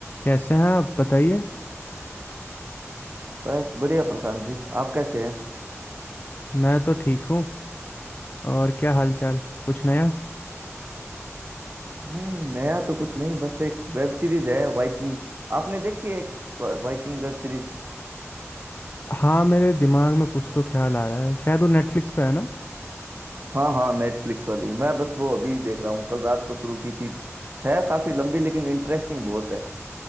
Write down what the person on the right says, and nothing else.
बस बढ़िया प्रशांत जी आप कैसे हैं
नहीं नया तो कुछ नहीं बस एक वेब सीरीज है वाइकिंग्स आपने देखी है एक वाइकिंग वेब सीरीज
हाँ हाँ नेटफ्लिक्स वाली मैं बस वो अभी देख रहा हूँ कल रात को शुरू की थी है काफी लंबी लेकिन इंटरेस्टिंग बहुत है